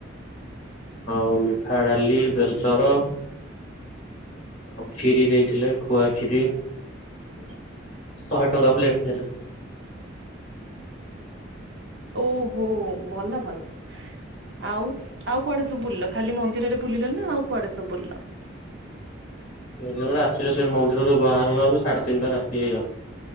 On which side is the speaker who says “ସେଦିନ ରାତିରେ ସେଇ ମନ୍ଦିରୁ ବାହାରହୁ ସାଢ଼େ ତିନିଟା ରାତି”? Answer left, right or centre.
Left